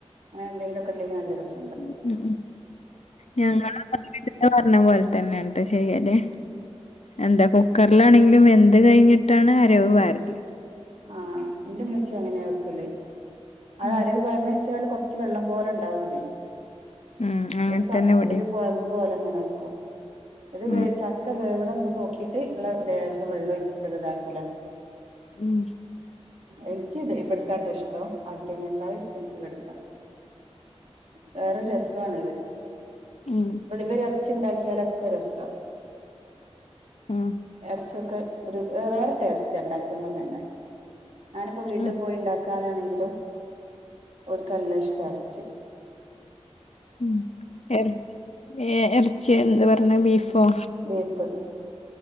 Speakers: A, on the right; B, on the left.
A: അങ്ങനെ എന്തെങ്കിലുമൊക്കെ ഉണ്ടെങ്കിൽ നല്ല രസാ.
B: ഉ ഉം ഉ ഞങ്ങള <unintelligible> പറഞ്ഞ പോലെ തന്നെ ആണ്‌ട്ടോ ചെയ്യല് എന്താ കുക്കറിലാണെങ്കിലും വെന്ത് കഴിഞ്ഞിട്ടാണ് അരവ് പാരല്
A: ആഹ് ന്റെ മ്മച്ചി അങ്ങനെയാ വെക്കല്. അത്
B: ഉം
A: അരവ് പാര് ണെച്ചാല് കൊർ ച്ച് വെള്ളം പോലെ ഉണ്ടാവും ചെയ്യും.
B: ഉം അങ്ങൻത്തന്നെ
A: ഒരു പ
B: ഇവടിം
A: ഒരു കൊഴമ്പ് പോലെ ങ്ങനെ നിക്കും. ഇത് വേ
B: ഉം
A: ചക്ക വേവണം എന്ത് നോക്കിട്ട് ഇള്ള ലേശം വെള്ളൊ യ്ച്ചിട്ടെളതാക്കലാ.
B: ഉം
A: എൻക്കിത് ഇവിടുത്താട്ടൊ ഇഷ്ടം. ആട്ത്തെനെക്കാളും ഇഷ്ടം ൻക്കി വെട്ത്ത. വേറൊരു രസാണത്
B: ഉം
A: <unintelligible> ച്ച്ണ്ടാക്കിയാലൊക്ക രസാ
B: ആഹ്
A: എർച്ചിയൊക്കെ ഒരു വെവേറെ ടേസ്റ്റ് ണ്ടാക്ക്മ്പ തന്നെ. ഞാനിപ്പോ വീട്ടി
B: ആഹ്
A: പോയി ണ്ടാക്കാനാണെങ്കില് ഓൽക്ക് നല്ല ഇഷ്ടാ എർച്ചി
B: ഉം എർ എ എർച്ചി എന്ന് പറഞ്ഞ ബീഫോ?
A: ബീഫ്